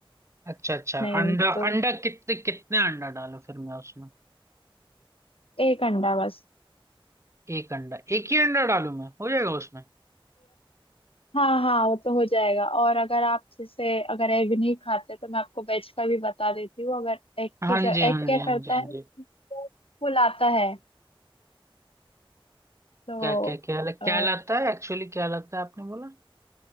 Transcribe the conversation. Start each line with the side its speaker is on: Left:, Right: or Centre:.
Right: अच्छा अच्छा
Left: नहीं
Right: अंडा
Left: तो
Right: अंडा कितने कितने अंडा डालो फिर मैं उसमें
Left: एक अंडा बस
Right: एक अंडा एक ही अंडा डालूं मैं हो जाएगा उसमें
Left: हाँ हाँ वो तो हो जाएगा और अगर आप जैसे अगर एग नहीं खाते तो मैं आपको वेज का भी बता देती हूँ अगर एग
Right: हाँ
Left: की जब
Right: जी
Left: एग
Right: हाँ
Left: क्या
Right: जी हाँ
Left: करता
Right: जी हाँ
Left: है
Right: जी
Left: वो फुलाता है तो
Right: क्या क्या क्या क्या
Left: अ,
Right: लाता है एक्चुअली क्या लाता है आपने बोला